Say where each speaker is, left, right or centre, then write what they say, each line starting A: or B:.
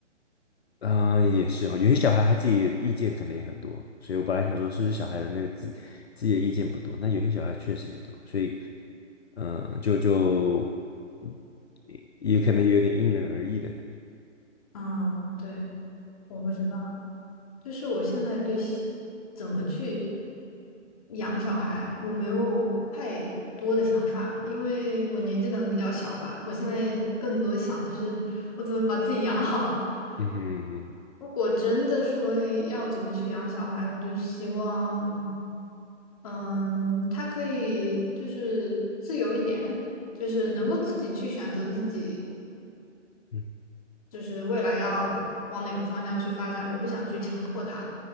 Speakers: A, on the left; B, on the left.
A: 嗯、也是哈，有些小孩他自己的意见可能也很多，所以我本来想说是不是小孩的那个自自己的意见不多，但有些小孩确实也多，所以，嗯、呃就就嗯也也可能有点因人而异的感觉。
B: 嗯，对，我不知道，就是我现在对小怎么去养小孩，我没有太多的想法，因为我年纪可能比较小吧，我现在更多想的是我怎么把自己养好。<laughs>
A: 嗯哼嗯哼
B: 如果真的说要怎么去养小孩，我就希望，嗯，他可以就是自由一点，就是能够自己去选择自己，
A: 嗯
B: 就是未来要往哪个方向去发展。我不想去强迫他，